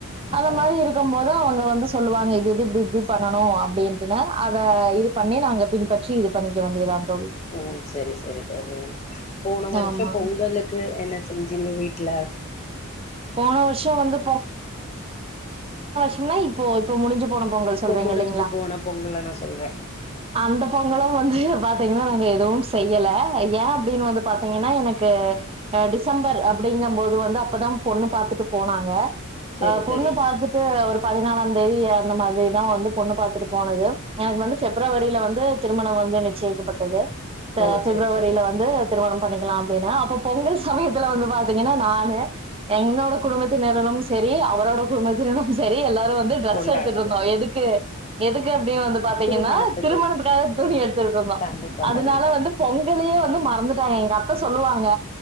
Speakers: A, on the right; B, on the left.
A: அந்த
B: ஆ
A: மாரி இருக்கும்போது அவங்க வந்து சொல்லுவாங்க இது இது இப்டி இப்டி பண்ணணு அப்டின். ந அத இது பண்ணி நாங்க பின்பற்றி இது பண்ணிக்க வேண்டியதா. தோழி
B: ஓ செரி செரி தோழி. போன வருஷம்
A: ஆமா
B: பொங்கலுக்கு என்ன செஞ்சீங்க வீட்டுல.
A: போன வருஷோ வந்து ன்னா இப்போ இப்ப முடிஞ்ச. போன பொங்கல் சொல்றீங்க
B: முடிஞ்சு
A: இல்லைங்களா.
B: போன பொங்கல நா சொல்றே
A: அந்த பொங்கலும் வந்து ஹ பாத்தீங்கன்னா. நாங்க எதுவும் செய்யல ஏ அப்படின்னு வந்து பாத்தீங்கன்னா எனக்கு டிசம்பர் அப்படிங்கும்போது வந்து அப்பதா பொண்ணு பாத்துட்டு போனாங்க.
B: செரி
A: ஆஹ பொண்ணு
B: செரி
A: பாத்துட்டு ஒரு பதினாலாந். தெரிய அந்த மாதிரிதா வந்து பொண்ணு பாத்துட்டு. போனது. எனக்கு வந்து பெப்ரவரி பெப்ரவரியில வந்து திருமணம் வந்து நிச்சயக்கப்பட்டது. ப்பிப்ரவரியில
B: ஓ செரி செரி
A: வந்து திருமணம் பண்ணிக்கலாம் அப்படின்னு அப்ப பொங்கல் சமயத்துல வந்து பாத். ங்கன்னா நானு என்னோட குடும்பத்தினரும் செரி அவரோட குடும்பத்தினரும் செரி எல்லாரு. வந்து டிரஸ்
B: கொண்டாடல
A: எடுத்துட்டு இருந்தோ எதுக்கு. எதுக்கு அப்படின்னு வந்து பாத்தீங்கன்னா
B: திருமணத்துக்கு
A: திருமணத்துக்காக துணி எடுத்துட்டு இருந்தோ
B: கண்டிப்பா
A: அதனால
B: கண்டிப்பா
A: வந்து பொங்கலு. வந்து மறந்துட்டாங்க எங்க அப்பு சொல்லுவாங்க.